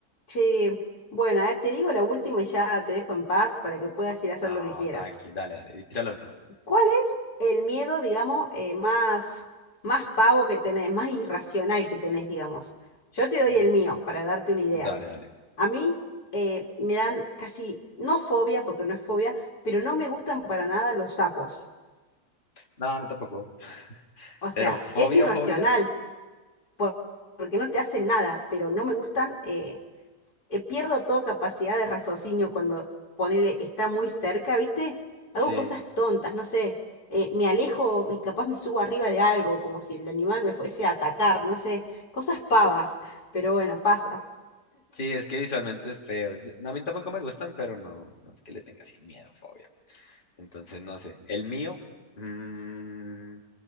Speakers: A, on the left (about 85°); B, on the left (about 35°).
A: Che, bueno, a ver, te digo la última y ya te dejo en paz para que puedas ir a hacer
B: No,
A: lo que quieras.
B: tranqui, dale, dale, y tira la última.
A: ¿Cuál es el miedo, digamos, eh, más, más pavo que tenés, más irracional que tenés, digamos? Yo te doy
B: Mm.
A: el mío para darte una idea.
B: Dale, dale.
A: A mí eh, me dan casi, no fobia, porque no es fobia, pero no me gustan para nada los sapos.
B: No, a mí tampoco.
A: O sea,
B: Pero fobia,
A: es irracional,
B: fobia,
A: por- porque no te hacen nada, pero no me gustan, eh, s- eh, pierdo toda capacidad de raciocinio cuando ponele está muy cerca, ¿viste?
B: sí.
A: Hago cosas tontas, no sé, eh, me alejo y capaz me subo arriba de algo, como si el animal me fuese a atacar, no sé, cosas pavas, pero bueno, pasa.
B: Sí, es que visualmente es feo. Yo- no, a mí tampoco me gustan, pero no, no es que le tenga así miedo, fobia. Entonces, no sé. El mío, mm,